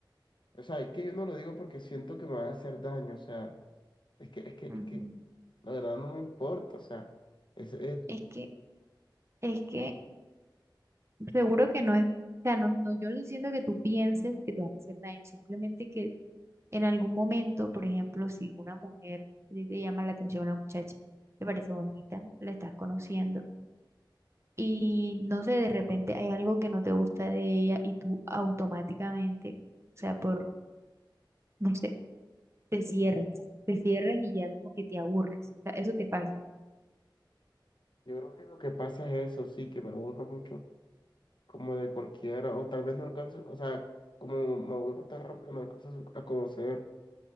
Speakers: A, on the left (about 70°); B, on the right (about 35°).
A: o sea, es que yo no lo digo porque siento que me va a hacer daño, o sea, es que, es que, es
B: Ujú.
A: que, la verdad no me importa, o sea, es eso.
B: es que, es que Seguro que no es, o sea, no, no, yo no estoy diciendo que tú pienses que te van a hacer daño, simplemente que en algún momento, por ejemplo, si una mujer a ti te llama la atención una muchacha, te parece bonita, la estás conociendo y no sé, de repente hay algo que no te gusta de ella y tú automáticamente, o sea, por, no sé, te cierras, te cierras y ya como que te aburres, o sea, eso te pasa.
A: Yo creo que lo que pasa es eso, sí, que me aburro mucho, como de cualquiera, o tal vez no alcanzo, o sea, como me aburro tan rápido, no alcanzo a conocer